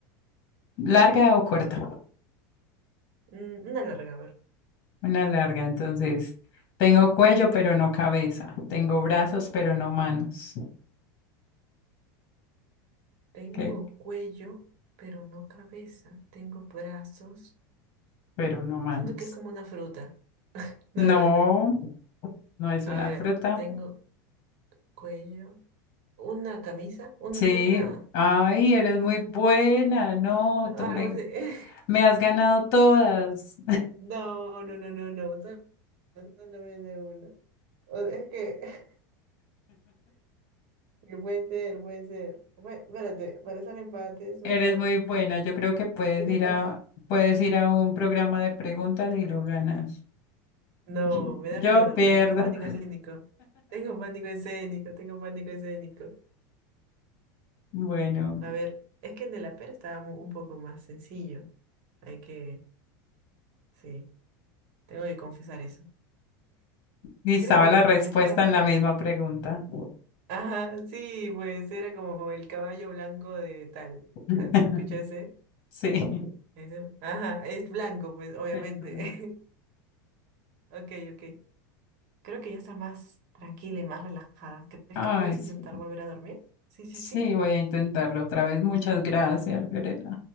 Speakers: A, on the left; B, on the right.
A: ¿Larga o corta?
B: Mm, Una larga, a ver.
A: Una larga, entonces. Tengo cuello, pero no cabeza. Tengo brazos, pero no manos.
B: Tengo
A: ¿Ok?
B: cuello, pero no cabeza. Tengo brazos.
A: Pero no manos.
B: Siento que es como una fruta. <laughs> No,
A: No,
B: espérate.
A: no es
B: A
A: una
B: ver,
A: fruta.
B: tengo cuello, una camisa, un,
A: Sí.
B: una,
A: Ay, eres muy buena. No, tú
B: algo
A: me,
B: así. <laughs>
A: me has ganado todas.
B: No, no, no, no, no. Solo, solo me una. O- Es que <laughs> que puede ser, puede ser. Bueno, espérate, para hacer empates, una,
A: Eres muy buena. Yo creo que puedes
B: una
A: ir
B: fácil.
A: a, puedes ir a un programa de preguntas y lo ganas.
B: No,
A: Yo,
B: me
A: yo
B: da miedo
A: pierdo.
B: porque tengo pánico
A: <laughs>
B: escénico. Tengo pánico escénico, tengo pánico escénico.
A: Bueno,
B: A ver, es que el de la pera estaba mu- un poco más sencillo. Hay que, sí, tengo que confesar eso.
A: y estaba
B: Creo que
A: la respuesta
B: ya está más
A: en la
B: tranquilo.
A: misma pregunta.
B: Ajá, sí, pues era como el caballo blanco de tal.
A: <laughs>
B: ¿Escuchaste?
A: Sí.
B: Ese- Ese- Ajá, es blanco, pues, obviamente.
A: Perdón.
B: <laughs> Ok, ok. Creo que ya está más tranquila y más relajada. ¿Crees
A: Ay,
B: que puedes
A: sí.
B: intentar volver a dormir? Sí, sí,
A: Sí,
B: sí.
A: voy a intentarlo otra vez. Muchas gracias, Fiorella.